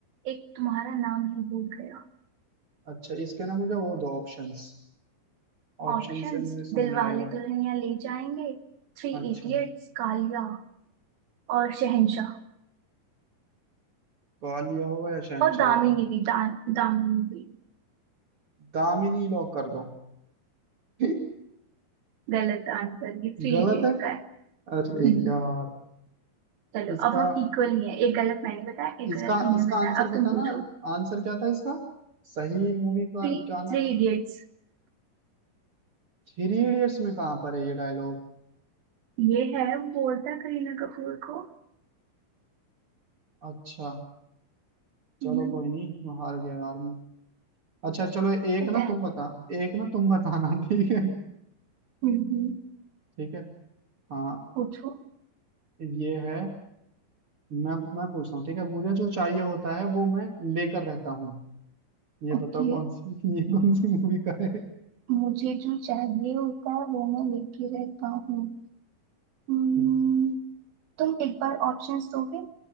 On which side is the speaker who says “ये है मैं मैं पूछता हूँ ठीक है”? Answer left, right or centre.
Right